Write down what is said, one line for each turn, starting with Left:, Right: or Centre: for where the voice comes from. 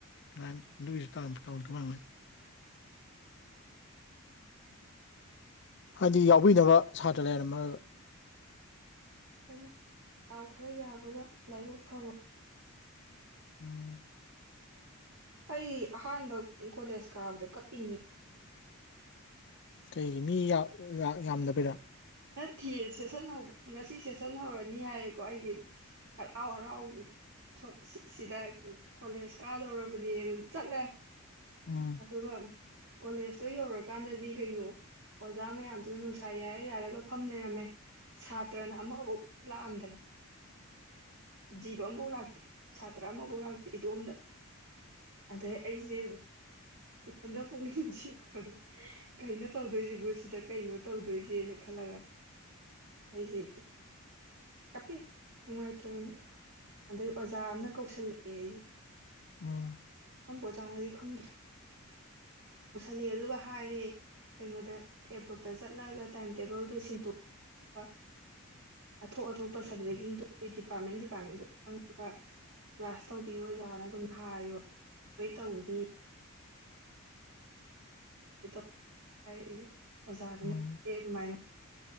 Left: ꯑꯗꯥꯢꯅ ꯑꯗꯨꯒꯤꯁꯨ ꯇꯥꯟꯗ ꯇꯧꯔꯛꯇꯣꯏ ꯑꯣꯢꯔꯝꯅꯤ ꯍꯥꯏꯗꯤ ꯌꯥꯎꯕꯤꯅꯕ ꯁꯥꯇ꯭ꯔ ꯂꯩꯔꯝꯃꯔꯣꯢꯕ
Right: ꯑꯩꯅ ꯗꯥꯎ ꯈꯔ ꯌꯥꯕꯒ ꯂꯥꯏꯕꯛ ꯐꯕ
Left: ꯎꯝ
Right: ꯑꯩ ꯑꯍꯥꯟꯕ ꯀꯣꯂꯦꯖ ꯀꯥꯕꯗ ꯀꯞꯄꯤꯅꯤ
Left: ꯀꯩꯒꯤ ꯃꯤ ꯌꯥꯝ ꯌꯥꯝꯗꯕꯩꯔꯥ
Right: ꯅꯠꯇꯦ ꯁꯦꯁꯟ ꯍꯧꯕ ꯉꯁꯤ ꯁꯦꯁꯟ ꯍꯧꯔꯅꯤ ꯍꯥꯏꯔꯦꯀꯣ ꯑꯩꯗꯤ ꯍꯔꯥꯎ ꯍꯔꯥꯎ ꯁꯨꯝ ꯁꯤꯗ ꯀꯣꯂꯦꯖ ꯀꯥꯗꯧꯔꯕꯅꯦꯅ ꯆꯠꯂꯦ
Left: ꯎꯝ
Right: ꯑꯗꯨꯒ ꯀꯣꯂꯦꯖꯇꯣ ꯌꯧꯔꯀꯥꯟꯗꯗꯤ ꯀꯩꯅꯣ ꯑꯣꯖꯥ ꯃꯌꯥꯝꯗꯨꯅ ꯅꯨꯡꯁꯥ ꯌꯥꯏꯔ ꯌꯥꯏꯔꯒ ꯐꯝ ꯂꯩꯔꯝꯃꯦ ꯁꯥꯇ꯭ꯔꯅ ꯑꯃꯐꯥꯎ ꯂꯥꯛꯑꯝꯗ꯭ꯔꯦ ꯖꯤꯕ ꯑꯃꯐꯥꯎ ꯂꯥꯛꯇꯦ ꯁꯥꯇ꯭ꯔ ꯑꯃꯐꯥꯎ ꯂꯥꯛꯇꯦ ꯏꯇꯣꯝꯇ ꯑꯗꯩ ꯑꯩꯁꯦ ꯏꯊꯟꯇ ꯄꯨꯛꯅꯤꯡ ꯅꯨꯡꯁꯤꯔꯛꯄꯗꯣ ꯀꯩꯅꯣ ꯇꯧꯗꯣꯏꯁꯤ ꯁꯤꯗ ꯀꯩꯅꯣ ꯇꯧꯗꯣꯏꯁꯤꯕꯣ ꯖꯦꯜꯅꯦ ꯈꯜꯂꯒ ꯑꯩꯁꯦ ꯀꯞꯄꯦ ꯅꯨꯡꯉꯥꯏꯇꯗꯅ ꯑꯗꯩ ꯑꯣꯖꯥ ꯑꯃꯅ ꯀꯧꯁꯜꯂꯛꯑꯦ ꯑꯩꯁꯦ
Left: ꯎꯝ
Right: ꯀꯔꯝꯕ ꯑꯣꯖꯥꯅꯣꯗꯤ ꯈꯪꯗ꯭ꯔꯦ ꯀꯧꯁꯜꯂꯦ ꯑꯗꯨꯒ ꯍꯥꯏꯔꯦ ꯀꯩꯅꯣꯗ ꯑꯦ ꯕ꯭ꯂꯣꯛꯇ ꯆꯠꯂꯒ ꯇꯥꯏꯝ ꯇꯦꯕꯜꯗꯨ ꯁꯤꯟꯇꯣꯛ ꯑꯁ ꯑꯊꯣꯛ ꯑꯊꯣꯛꯄ ꯁꯕꯖꯦꯛꯁꯤꯡꯗꯨ ꯗꯤꯄꯥꯔꯠꯃꯦꯟ ꯗꯤꯄꯥꯔꯠꯃꯦꯟꯗꯨ ꯆꯡꯉꯒ ꯀ꯭ꯂꯥꯁ ꯇꯧꯕꯤꯌꯣ ꯑꯣꯖꯥ ꯑꯗꯨꯃꯥꯏꯅ ꯑꯗꯨꯝ ꯍꯥꯏꯌꯣ ꯂꯣꯏ ꯇꯧꯅꯤ ꯑꯗꯨꯃꯥꯏ ꯇꯧꯅꯤ ꯍꯥꯏꯔꯛꯑꯦ ꯑꯣꯖꯥꯗꯨꯅ
Left: ꯎꯝ
Right: ꯑꯗꯨꯃꯥꯏꯅ